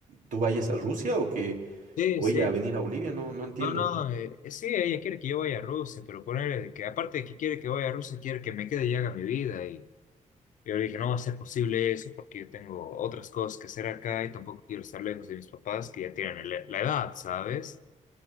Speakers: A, on the right (about 85°); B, on the left (about 80°).
A: tú vayas a Rusia o que,
B: Sí,
A: o
B: sí.
A: ella a venir a Bolivia, no, no entiendo.
B: No, no, eh, eh, sí, ella quiere que yo vaya a Rusia, pero ponerle que aparte de que quiere que vaya a Rusia, quiere que me quede y haga mi vida. Y yo le dije, no va a ser posible eso porque yo tengo otras cosas que hacer acá y tampoco quiero estar lejos de mis papás que ya tienen el- la edad, ¿sabes?